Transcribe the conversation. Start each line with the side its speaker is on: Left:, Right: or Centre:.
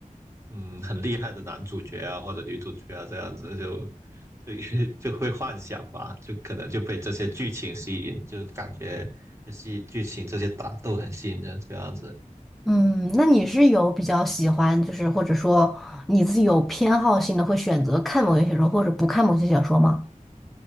Right: 嗯很厉害的男主角啊，或者女主角啊，这样子就就 <laughs> 就会幻想吧，就可能就被这些剧情吸引，就感觉这些剧情这些打斗很吸引人，这样子。
Centre: 嗯，那你是有比较喜欢，就是或者说你自己有偏好性的，会选择看某些小说或者不看某些小说吗？